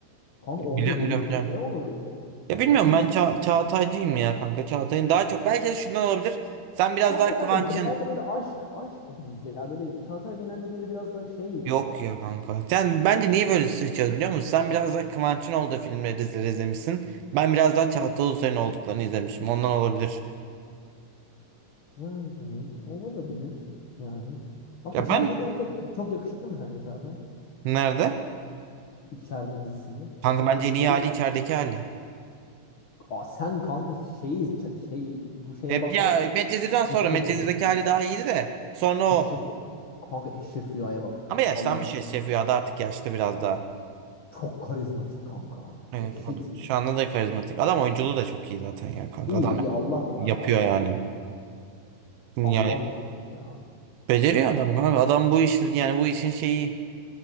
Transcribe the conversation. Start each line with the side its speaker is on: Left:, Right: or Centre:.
Left: Kanka orada
Right: Biliyorum
Left: rolü,
Right: biliyorum
Left: rolü
Right: biliyorum.
Left: ne onun öyle?
Right: Ya
Left: Yani
Right: bilmiyorum
Left: nasıl
Right: ben
Left: bir rol?
Right: Ça Çağatay'cıyım ya kanka. Çağatay'ın daha çok belki de şundan olabilir. Sen biraz
Left: Çağatay
Right: daha
Left: kanka
Right: Kıvanç'ın
Left: de- genelde böyle aşk aşk dizisi. Ya böyle Çağatay genelde böyle biraz daha şey
Right: Yok
Left: rolü var.
Right: ya kanka. Sen bence niye böyle seçiyoruz biliyor musun? Sen biraz daha Kıvanç'ın olduğu filmleri izle- izlemişsin. Ben biraz daha Çağatay Ulusoy'un olduklarını izlemişim. Ondan olabilir.
Left: Yani olabilir yani. Ama
Right: Ya
Left: içeride
Right: ben
Left: de mesela çok, çok yakışıklı mı sence Çağatay?
Right: nerede?
Left: İçeride dizisinde.
Right: Kanka
Left: Ya çok
Right: bence
Left: iyi
Right: en iyi
Left: duruyor.
Right: hali içerideki hali.
Left: Aa, sen kanka şeyi ç- şey bu şeye
Right: E,
Left: baksan
Right: ya Medcezir'den sonra
Left: Eşref
Right: Medcezir'deki
Left: Rüya.
Right: hali daha iyiydi de. Sonra
Left: Eşref
Right: o.
Left: kanka Eşref Rüya'ya bak.
Right: Ama yaşlanmış
Left: Allah aşkına.
Right: ya Şef Rüya'da artık yaşlı biraz daha.
Left: Çok karizmatik kanka.
Right: Evet,
Left: Dehşet
Right: o da-
Left: iyi.
Right: şu anda da karizmatik. Adam oyunculuğu da çok iyi zaten ya kanka.
Left: İyi
Right: Adam
Left: iyi Allah var.
Right: yapıyor
Left: Allah
Right: yani.
Left: var.
Right: Yani
Left: Allah var ya.
Right: beceriyor adam kanka. Adam bu işi yani bu işin şeyi.